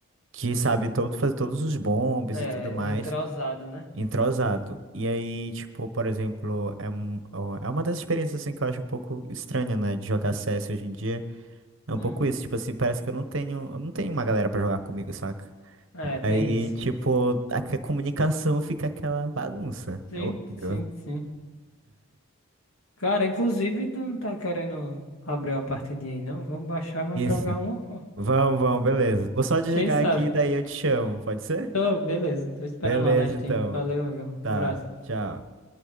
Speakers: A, on the right; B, on the left.
A: que sabe todo, fazer todos os bombes
B: é,
A: e tudo mais,
B: entrosado, né?
A: entrosado. E aí, tipo, por exemplo, é, um- ó, é uma das experiências, assim, que eu acho um pouco estranha, né, de jogar CS hoje em dia. É
B: Hum,
A: um pouco isso, tipo assim, parece que eu não tenho, eu não tenho uma galera pra jogar comigo, saca?
B: é, tem
A: Aí,
B: isso.
A: tipo, a a comunicação fica aquela bagunça.
B: Sim,
A: É horrível.
B: sim, sim. Cara, inclusive tu não tá querendo abrir uma partidinha aí, não? Vamos baixar, vamos
A: Isso.
B: jogar uma, pô.
A: Vamos, vamos, beleza. Vou só desligar
B: Quem sabe?
A: aqui, daí eu te chamo, pode ser?
B: Tô, beleza. Tô esperando
A: Beleza,
B: lá na Steam.
A: então.
B: Valeu, amigão.
A: Tá,
B: Abraço.
A: tchau.